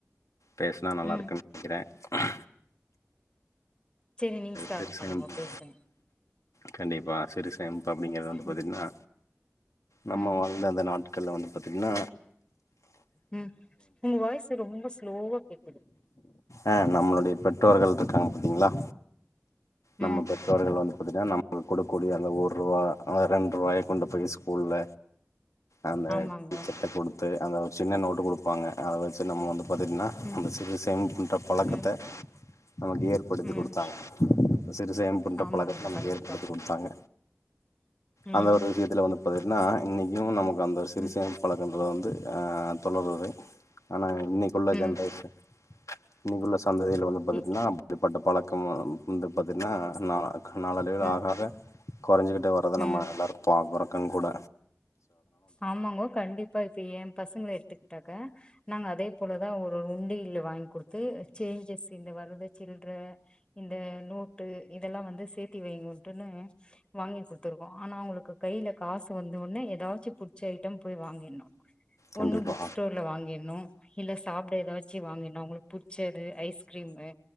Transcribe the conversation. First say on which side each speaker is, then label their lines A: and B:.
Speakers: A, on the left; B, on the left.
A: பேசினா நல்லாருக்கு
B: ம்
A: நெனைக்கிற ஆ
B: செரி நீங்க ஸ்டார்ட்
A: சிறு
B: பண்ணுங்கோ
A: சேமிப்பு
B: பேசுங்க
A: கண்டிப்பா சிறு சேமிப்பு அப்டிங்கறது வந்து
B: ம்
A: பாத்டிங்கன்னா நம்ம
B: ம்
A: வாழ்ந்த அந்த நாட் கள்ல வந்து பாத்டிங்கன
B: ம் உங்க வாயிசு ரொம்ப ஸ்லோவா கேக்குது
A: ஆ நம்மளுடைய பெற்றோர்கள் இருக்காங்க பாத்தீங்களா நம்ம
B: ம்
A: பெற் றோர்கள் வந்து பாத்தீங்கன்னா நம் கொடுக்கூடிய அந்த ஒரூவா ரெண்டு ரூவாய கொண்டு போய் ஸ்கூல்ல அந்த
B: ஆமாங்கோ
A: டீச்சர்டா குடுத்து அந்த ஒரு சின்ன நோட்டு குடுப்பாங்க அத வச்சு நம்ம வந்து பாத்தீட்ன்னா
B: ம்
A: அந்த சிறு சேம்ப் ன்ற பலக்கத்த
B: ம்
A: நமக்கு ஏ ற்படுத்தி
B: ம்
A: குடுத்தாங்க சிறுசேம்ப்புன்ற
B: ஆமாங்கோ
A: பலக்கத்த நமக்கு
B: கண்டிப்பா
A: ஏற்படுத்தி குடுத்தாங்க
B: ம்
A: அந்த ஒரு விஷயத்துல வந்து பாத்தீட்ன்னா இன்னிக்கும் நமக்கு அந்த ஒரு சிறுசேம்
B: ம்
A: பலக்கன்றது வந்து ஆ தொலருது ஆனா இன்னிக்குள்ள
B: ம்
A: ஜென்ரேஷன் இன்னிக்குள்ள சந்ததியில வந்து பாத்தீட்ன்னா
B: இ
A: அப்டிப்பட்ட பழக்கம் வந்து பாத்தீட்ன்னா நா நாளடைவில
B: ம்
A: ஆகாகா கொறஞ்சிக்கிட்டே வர்றத
B: ம்
A: நம்ம எல்லாரும் பாக்குறோ கண் கூட
B: ஆமாங்கோ கண்டிப்பா இப்ப ஏ பசங்கள எடுத்துக்கிட்டாக்க நாங்க அதே போலதா ஒரு உண்டில்ல வாங்கி குடுத்து சேஞ்சஸ் இந்த வரத சில்ற இந்த நோட்டு இதெல்லா வந்து சேத்தி வைங்குட்டுன்னு வாங்கி குத்துருக்கோ ஆனா அவங்களுக்கு கையில காசு வந்த ஒன்னே எதா ச்சு புச்ச ஐட்டம் போய் வாங்கின்னோ
A: கண்டிப்பா
B: ஒன்னு புக் ஸ்டோர்ல வாங்கின்னோ இல்ல சாப்ட ஏதாச்சு வாங்கின்னோ உங்ளுக்கு புச்சது ஐஸ்கிரீமு